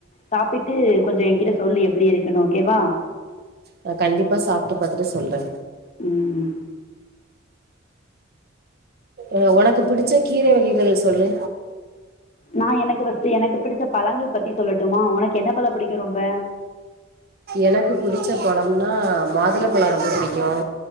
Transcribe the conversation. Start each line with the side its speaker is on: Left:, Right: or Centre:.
Left: சாப்பிட்டு கொஞ்சோ என்கிட்ட சொல்லு எப்டி இருக்கணு ஓக்கேவா
Right: நா கண்டிப்பா சாப்ட்டு பாத்துட்டு சொல்றே
Left: ம்
Right: அ ஒனக்கு புடிச்ச கீர வகைகள சொல்லு
Left: நா எனக்கு ஃபஸ்ட்டு எனக்கு பிடிச்ச பழங்கள் பத்தி சொல்லட்டுமா ஒனக்கு என்ன பழ பிடிக்கு ரொம்ப
Right: எனக்கு புடிச்ச பழம்னா மாதுளப்பழ ரொம்ப புடிக்கு